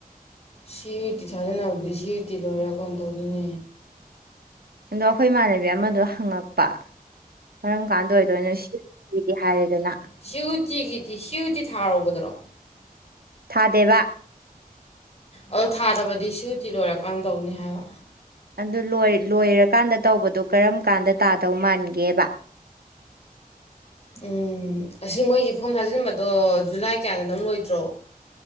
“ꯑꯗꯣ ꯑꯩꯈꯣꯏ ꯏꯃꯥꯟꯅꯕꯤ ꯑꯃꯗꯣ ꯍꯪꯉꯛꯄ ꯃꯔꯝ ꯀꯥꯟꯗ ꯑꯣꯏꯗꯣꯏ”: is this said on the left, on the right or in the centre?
Right